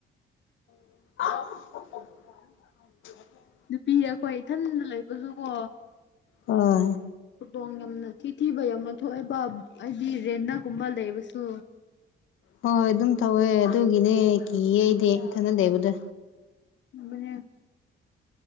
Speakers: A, on the left (about 85°); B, on the left (about 65°).
A: <unintelligible>
B: ꯅꯨꯄꯤ ꯑꯩꯈꯣꯏ ꯏꯊꯟꯗ ꯂꯩꯕꯁꯨꯀꯣ
A: ꯑꯧ꯫
B: ꯈꯨꯗꯣꯡ ꯌꯥꯝꯅ ꯊꯤꯊꯤꯕ ꯌꯥꯝꯅ ꯊꯣꯛꯑꯦꯕ ꯍꯥꯏꯗꯤ ꯔꯦꯟꯅꯒꯨꯝꯕ ꯂꯩꯕꯁꯨ꯫
A: ꯍꯣꯏ ꯍꯣꯏ ꯑꯗꯨꯝ ꯇꯧꯋꯦ ꯑꯗꯨꯒꯤꯅꯦ ꯀꯤꯌꯦ ꯑꯩꯗꯤ ꯢꯊꯟꯗ ꯂꯩꯕꯗꯣ
B: <unintelligible>